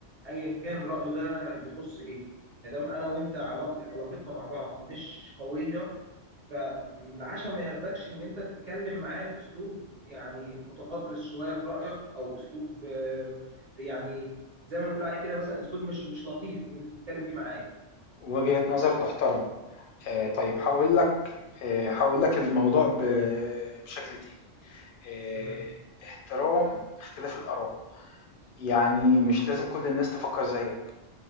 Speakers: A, on the right; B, on the left.
A: ايا كان رايه ده يخص ايه ما دام انا وانت علاق- علاقتنا مع بعض مش قويه العشاء ما ياخدكش ان انت تتكلم معاه باسلوب يعني متغطرس شويه في رايك او اسلوب آه، يعني زي ما بنقول عليه كده مثلا اسلوب مش مش لطيف ان انت تتكلم بيه معاه
B: ووجهة نظر تحترم آه، طيب
A: مهم.
B: هقول لك آه، هقول لك الموضوع ب- بشكل تاني آآ،
A: مهم.
B: احترام اختلاف الآراء، يعني مش لازم كل الناس تفكّر زيّك،